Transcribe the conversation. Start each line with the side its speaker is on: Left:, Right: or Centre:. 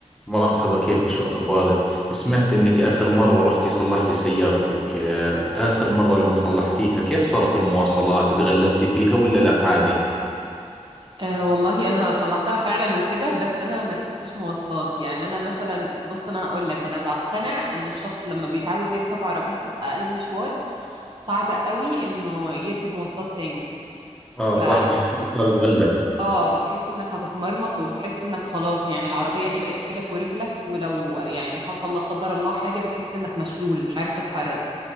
Centre: مرحبا كيفك شو أخبارك؟ سمعت إنك آخر مرة رحتي صلحتي سيارتك آه، آخر مرة لما صلحتيها كيف صارت المواصلات؟ تغلبتي فيها ولا لا عادي؟
Right: أه والله انا صلحتها فعلا وكده بس انا ما ركبتش مواصلات يعني انا مثلا بص انا هقول لك انا بقتنع ان الشخص لما بيتعود يركب عربيته في اقل مشوار صعب قوي انه يركب مواصلات تاني ف
Centre: آه صح بتحسي صار يتغلب
Right: اه بتحس انك هتتمرمط وبتحس انك خلاص يعني العربية دي بقت ايدك ورجلك ولو يعني حصل لا قدر الله حاجة بتحس انك مشلول مش عارف تتحرك